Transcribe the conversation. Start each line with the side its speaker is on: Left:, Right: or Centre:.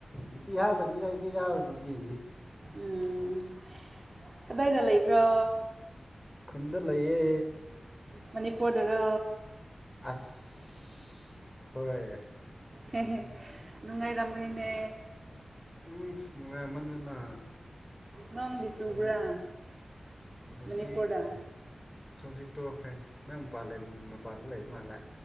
Left: ꯅꯨꯄꯤ ꯍꯥꯗꯕꯅꯤꯅ ꯑꯩꯁꯨ ꯌꯥꯎꯋꯗꯨꯗꯤ
Right: ꯎꯝ ꯀꯗꯥꯏꯗ ꯂꯩꯥꯏꯕ꯭ꯔꯣ
Left: ꯈꯨꯟꯗ ꯂꯩꯌꯦ
Right: ꯃꯅꯤꯄꯨꯔꯗꯔ
Left: ꯑꯁ ꯍꯣꯏ
Right: ꯅꯅꯨꯡꯉꯥꯏꯗꯥꯝꯅꯦ
Left: ꯎꯝ ꯅꯨꯡꯉꯥꯏꯃꯟꯗꯅ
Right: ꯅꯪꯗꯤ ꯆꯨꯕ꯭ꯔꯥ
Left: ꯍꯧꯖꯤꯛ
Right: ꯃꯅꯤꯄꯨꯔꯗ
Left: ꯍꯧꯖꯤꯛ ꯇꯣꯛꯈ꯭ꯔꯦ ꯅꯪ ꯃꯄꯥꯟ ꯂꯩ ꯃꯄꯥꯟꯗ ꯂꯩꯕ ꯃꯥꯜꯂꯦ